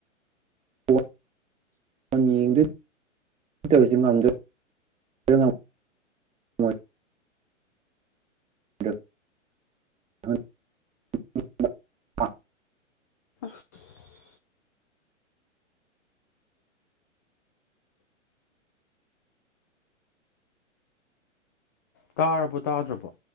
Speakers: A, on the right; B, on the left.
A: <inaudible> <inaudible> <inaudible> <inaudible>
B: <inaudible> ꯇꯥꯔꯕꯣ ꯇꯥꯗ꯭ꯔꯕꯣ